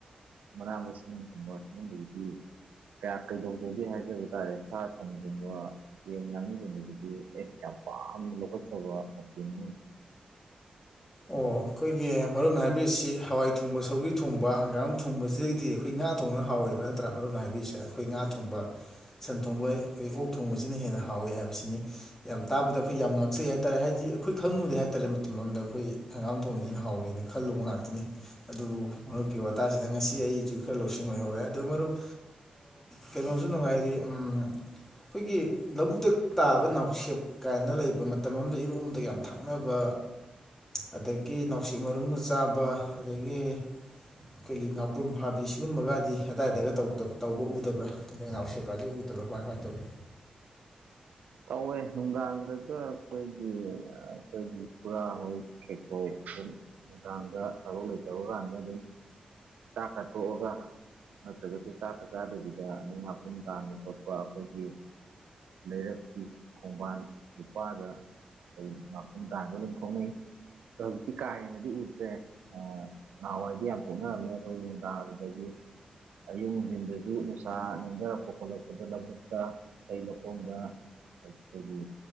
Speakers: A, on the right; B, on the left.
A: ꯃꯅꯥ ꯃꯁꯤꯡꯒꯨꯝꯕ ꯁꯤꯒꯨꯝꯕꯗꯤ ꯀꯌꯥ ꯀꯩꯗꯧꯖꯒꯦ ꯍꯥꯏꯖꯕ ꯇꯥꯔꯦ ꯁꯥ ꯒꯨꯝꯕ ꯌꯦꯟ ꯉꯥꯡꯅꯁꯤꯡꯕꯁꯤꯗꯤ ꯑꯩ ꯌꯥꯝ ꯄꯥꯝꯅ ꯂꯧꯈꯠꯆꯕ ꯃꯇꯦ ꯑꯃꯅꯤ
B: ꯑꯣ ꯑꯩꯈꯣꯏꯒꯤ ꯃꯔꯨ ꯑꯣꯏꯅ ꯍꯥꯏꯕꯤꯔꯤꯁꯤ ꯍꯋꯥꯏ ꯊꯣꯡꯕ ꯁꯧꯒꯔꯤ ꯊꯣꯡꯕ ꯍꯪꯒꯥꯝ ꯊꯣꯡꯕꯁꯤꯗꯒꯤꯗꯤ ꯑꯩꯈꯣꯏ ꯉꯥ ꯊꯣꯡꯕꯅ ꯍꯥꯎꯋꯦꯕ ꯅꯠꯇ꯭ꯔꯥ ꯃꯔꯨꯞꯅ ꯍꯥꯏꯕꯤꯔꯤꯁꯦ ꯑꯩꯈꯣꯏ ꯉꯥ ꯊꯣꯡꯕ ꯁꯟ ꯊꯣꯡꯕ ꯑꯩꯈꯣꯏ ꯑꯣꯛ ꯊꯣꯡꯕꯁꯤꯅ ꯍꯦꯟꯅ ꯍꯥꯎꯋꯤ ꯍꯥꯏꯕꯁꯤꯅꯤ ꯌꯥꯝ ꯇꯥꯕꯗ ꯑꯩꯈꯣꯏ ꯌꯥꯝ ꯉꯥꯛꯆꯩ ꯍꯥꯏ ꯇꯥꯔꯦ ꯍꯥꯏꯗꯤ ꯑꯩꯈꯣꯏ ꯈꯪꯉꯨꯗꯦ ꯍꯥꯏ ꯇꯥꯔꯦ ꯃꯇꯝ ꯑꯃꯗ ꯑꯩꯈꯣꯏ ꯍꯪꯒꯥꯝ ꯊꯣꯡꯝꯅꯦ ꯑꯩꯅ ꯍꯥꯎꯋꯅ ꯈꯜꯂꯨꯕ ꯉꯥꯛꯇꯅꯤ ꯑꯗꯨꯕꯨ ꯃꯔꯨꯞꯀꯤ ꯋꯥꯇꯥꯁꯤꯗ ꯉꯁꯤ ꯑꯩꯁꯨ ꯈꯔ ꯂꯧꯁꯤꯡ ꯑꯣꯏꯍꯧꯔꯦ ꯑꯗꯨ ꯃꯔꯨꯞ ꯀꯩꯅꯣꯁꯨ ꯅꯨꯡꯉꯥꯏꯔꯤ ꯎꯝ ꯑꯩꯈꯣꯏꯒꯤ ꯂꯧꯕꯨꯛꯇ ꯇꯥꯕ ꯅꯥꯎꯁꯦꯞ ꯀꯥꯏꯅ ꯂꯩꯕ ꯃꯇꯝ ꯑꯃꯗ ꯏꯔꯣꯝꯕꯗ ꯌꯥꯝ ꯊꯥꯛꯅꯕ ꯑꯗꯒꯤ ꯅꯥꯅꯨꯡꯁꯤꯛ ꯃꯔꯨꯝ ꯆꯥꯕ ꯑꯗꯒꯤ ꯑꯩꯈꯣꯏꯒꯤ ꯉꯥꯄ꯭ꯔꯨꯝ ꯐꯥꯕꯤ ꯁꯤꯒꯨꯝꯕꯒꯗꯤ ꯑꯗꯥꯏꯗꯒ ꯇꯧꯕ ꯎꯗꯕ꯭ꯔꯥ ꯑꯩꯅꯥꯎꯁꯦꯛꯀꯦ ꯎꯗ꯭ꯔ ꯀꯃꯥꯏ ꯀꯃꯥꯏ ꯇꯧꯏ
A: ꯇꯧꯋꯦ ꯅꯨꯡꯗꯥꯡꯗꯒ ꯑꯩꯈꯣꯏꯒꯤ ꯑꯩꯈꯣꯏꯒꯤ ꯄꯨꯔꯥ ꯍꯧꯖꯤꯛ ꯑꯗꯨꯝ ꯅꯨꯡꯗꯥꯡꯗ ꯊꯕꯛ ꯂꯩꯇꯕ ꯀꯥꯟꯗ ꯑꯗꯨꯝ ꯆꯥꯛꯀ ꯇꯣꯛꯑꯒ ꯅꯠꯇ꯭ꯔꯒꯁꯨ ꯆꯥꯛꯀ ꯆꯥꯗꯕꯤꯗ ꯑꯅꯤꯛ ꯑꯄꯨꯝ ꯇꯥꯟꯕ ꯈꯣꯠꯄ ꯑꯩꯈꯣꯏꯒꯤ ꯂꯩꯔꯛ ꯈꯣꯡꯕꯥꯟ ꯂꯨꯄꯥꯗ ꯑꯩ ꯃꯥꯄꯨꯟ ꯇꯥꯡꯒ ꯑꯗꯨꯝ ꯊ‌ꯣꯛꯅꯩ ꯇꯧꯕꯨꯗꯤ ꯀꯥ ꯍ‌ꯦꯅꯗꯤ ꯎꯗ꯭ꯔ‌ꯦ ꯅꯍꯥꯟꯋꯥꯏꯗꯤ ꯌꯥꯝ ꯊꯣꯛꯣꯛꯅꯔꯝꯃꯦ ꯑꯩꯈꯣꯏ ꯅꯨꯡꯗꯥꯡ ꯑꯗꯨꯗꯒꯤ ꯑꯌꯨꯛ ꯅꯨꯡꯊꯤꯟꯗꯁꯨ ꯅꯨꯡꯁꯥ ꯅꯦꯝꯊꯔꯛꯄ ꯈꯣꯠꯂꯛꯄꯗ ꯂꯧꯕꯨꯛꯇ ꯑꯇꯩ ꯂꯧꯈꯣꯡꯗ ꯑꯗꯒꯤ